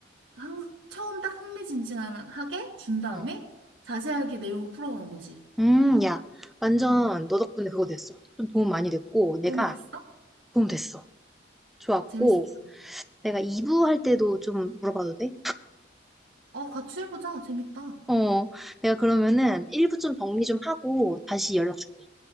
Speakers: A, on the right; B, in the centre.
A: 항, 처음 딱 흥미진진하게 준 다음에
B: 어.
A: 자세하게 내용을 풀어가는 거지.
B: 음, 야, 완전
A: 음,
B: 너 덕분에 그거 됐어. 좀 도움 많이 됐고, 내가
A: 도움이 됐어?
B: 도움 됐어. 좋았고,
A: 재밌었다.
B: 내가 2부 할 때도 좀 물어봐도 돼?
A: 어, 같이 해보자. 재밌다.
B: 어, 내가 그러면은 1부 좀 정리 좀 하고 다시 연락 줄게.